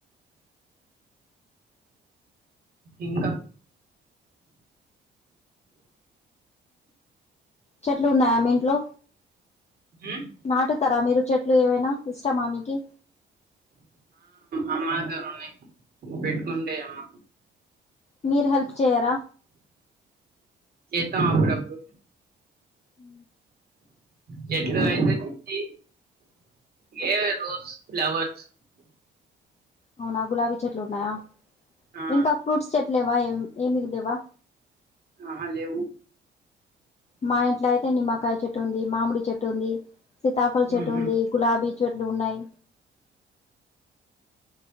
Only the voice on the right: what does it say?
ఇంకా
ఉమ్
అమ్మాగాయ్ ఉన్నాయి పెట్టుకుంటే అమ్మ
చెతాం అప్పుడుప్పుడు
చెట్లు పెంచుతుంది ఏవి రోజ్ ఫ్లావర్స్
ఆ
ఆహా లేవు
ఉహు